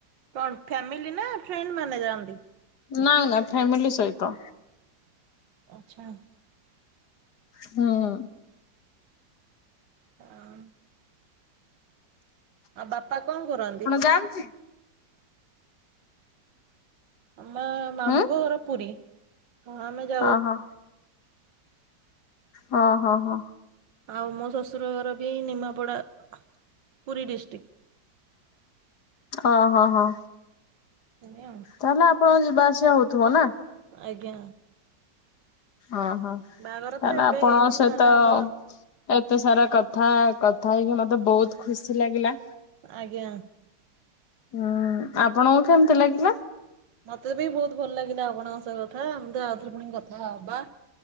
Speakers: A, on the right; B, on the left.
A: କଣ ଫ୍ୟାମିଲି ନା ଫ୍ରେଣ୍ଡ ମାନେ ଯାଆନ୍ତି?
B: ନାଇଁ ନାଇଁ ଫ୍ୟାମିଲି ସହିତ।
A: ଆଛା।
B: ହୁଁ।
A: ହଁ <unintelligible> ଆଉ ବାପା କଣ କରନ୍ତି?
B: ଯାଉଚି
A: ଆମ ମାମୁଁଙ୍କ
B: ହୁଁ
A: ଘର ପୁରୀ ହଁ ଆମେ ଯାଉ।
B: ଓହୋ ହଁ ହଁ ହଁ।
A: ଆଉ ମୋ ଶଶୁର ଘର ବି ନିମାପଡ଼ା ପୁରୀ ଡିଷ୍ଟ୍ରିକ୍ଟ।
B: ଓ ହହ।
A: ସେ ଆଉ <unintelligible>
B: ତାହେଲେ ଆପଣଙ୍କ ଯିବା ଆସିବା ହଉଥିବ ନା?
A: ଆଜ୍ଞା।
B: ଓହୋ ତାହେଲେ
A: ବାହାଘର ତ ଏବେ
B: ଆପଣ
A: ହେଇଛି
B: ସହିତ
A: ନହେଲେ ଆମର
B: ଏତେ ସାରା କଥା କଥା ହେଇକି ମତେ ବହୁତ ଖୁସି ଲାଗିଲା।
A: ଆଜ୍ଞା।
B: ହୁଁ ଆପଣଙ୍କୁ କେମତି ଲାଗିଲା?
A: ମତେ ବି ବହୁତ ଭଲ ଲାଗିଲା ଆପଣଙ୍କ ସହ କଥା ଆମେ ତ ଆଉଥରେ ପୁଣି କଥା ହବା।